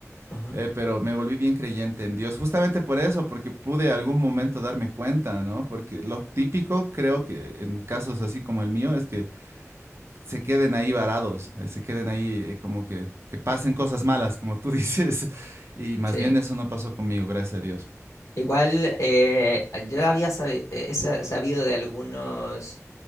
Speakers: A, on the left; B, on the right.
A: Ajá.
B: eh, pero me volví bien creyente en Dios, justamente por eso, porque pude algún momento darme cuenta, ¿no? Porque lo típico creo que en casos así como el mío es que se queden ahí varados, eh, se queden ahí eh, como que, que pasen cosas malas, como tú <laughs> dices, y más
A: Sí.
B: bien eso no pasó conmigo, gracias a Dios.
A: Igual, eh, yo había sabi- eh, sa- sabido de algunos.